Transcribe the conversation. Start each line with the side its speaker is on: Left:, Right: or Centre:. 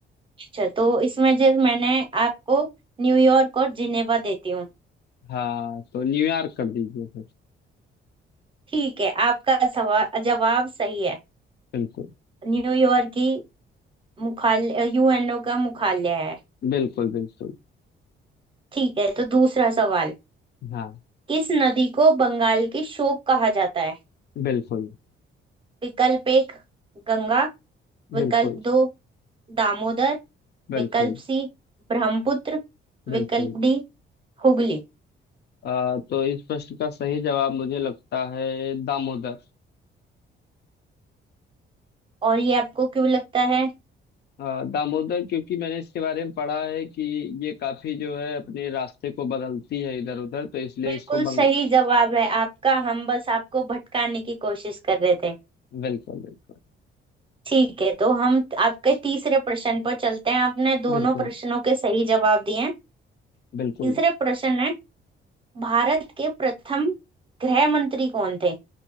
Right: अच्छा तो इसमें जो मैंने आपको न्यूयॉर्क और जिनेवा देती हूँ
Left: हाँ तो न्यूयॉर्क कर दीजिए फिर
Right: ठीक है आपका सवाल जवाब सही है
Left: बिल्कुल
Right: न्यूयॉर्क की मुख्यालय यूएनओ का मुख्यालय है
Left: बिल्कुल बिल्कुल
Right: ठीक है तो दूसरा सवाल
Left: हाँ
Right: किस नदी को बंगाल की शोक कहा जाता है
Left: बिल्कुल
Right: विकल्प एक गंगा विकल्प
Left: बिल्कुल
Right: दो दामोदर
Left: बिल्कुल
Right: विकल्प सी ब्रह्मपुत्र
Left: बिल्कुल
Right: विकल्प डी हुगली
Left: अ, तो इस प्रश्न का सही जवाब मुझे लगता है दामोदर
Right: और ये आपको क्यों लगता है
Left: अ, दामोदर क्योंकि मैंने इसके बारे में पढ़ा है कि ये काफी जो है अपने रास्ते को बदलती है इधर उधर तो इसलिए
Right: बिल्कुल
Left: इसको बंग
Right: सही जवाब है आपका हम बस आपको भटकाने की कोशिश कर रहे थे
Left: बिल्कुल बिल्कुल
Right: ठीक है तो हम आपके तीसरे प्रश्न पर चलते हैं आपने दोनों
Left: बिल्कुल
Right: प्रश्नों के सही जवाब दिए हैं
Left: बिल्कुल
Right: तीसरे प्रश्न है भारत के प्रथम गृह मंत्री कौन थे